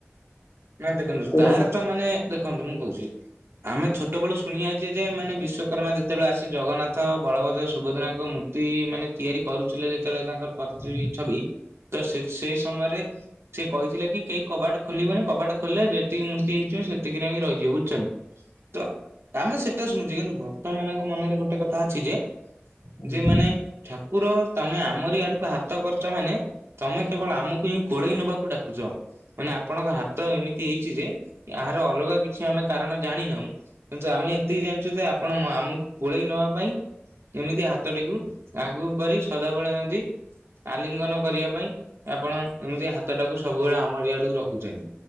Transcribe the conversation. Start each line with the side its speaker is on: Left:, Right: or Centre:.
Right: ନାଇଁ ଦେଖନ୍ତୁ ତାର
Left: ଲାଗୁଛି
Right: ତ ମାନେ ଦେଖନ୍ତୁ ମୁଁ କହୁଚି? ଆମେ ଛୋଟବେଳୁ ଶୁଣି ଯାଇଛେ ଯେ ମାନେ ବିଶ୍ଵକର୍ମା ଯେତେବେଳେ ଆସି ଜଗନ୍ନାଥ ବଳଭଦ୍ର ସୁଭଦ୍ରାଙ୍କ ମୂର୍ତ୍ତି ମାନେ ତିଆରି କରୁଥିଲେ ଯେତେବେଳେ ତାଙ୍କର ପ୍ରତି
Left: ଆଜ୍ଞା
Right: ଛବି ତ ସେ ସେଇ ସମୟରେ ସିଏ କହିଥିଲେ କି କେହି କବାଟ ଖୋଲିବନି କବାଟ ଖୋଲିଲେ ଯେତିକି ମୂର୍ତ୍ତି ହେଇଯିବ ସେତିକିରେ ହିଁ ରହିଯିବ ବୁଝୁଛନ୍ତିି ତ ମାନେ ସେ ଶୁଣୁଛି କିନ୍ତୁ ଭକ୍ତ ମାନଙ୍କ ମନରେ ଗୋଟେ କଥା ଅଛି ଯେ
Left: ଆଜ୍ଞା
Right: ଯେ
Left: ଆଜ୍ଞା
Right: ମାନେ ଠାକୁର ତମେ ଆମରି ଆଡକୁ ହାତ କରିଚ ମାନେ ତମେ କେବଳ ଆମକୁ ହିଁ କୋଳେଇ ନବାକୁ ଡାକୁଛ ମାନେ ଆପଣଙ୍କ ହା ତ ଏମିତି ହେଇଛି ଯେ ଏହାର ଅଲଗା କିଛି ଆମେ କାରଣ ଜାଣିନାହୁଁ କିନ୍ତୁ ଆମେ ଏତିକି ଜାଣିଛୁ ଯେ ଆପଣ ଆମକୁ କୋଳେଇ ନବା ପାଇଁ ଏମିତି ହାତଟିକୁ ଆଗକୁ କରି ସଦାବେଳେ ଏମତି ଆଲିଙ୍ଗନ କରିବା ପାଇଁ ଆପଣ ଏମିତି ହାତଟାକୁ ସବୁବେଳେ ଆମରିଆଡକୁ ରଖୁଛନ୍ତି।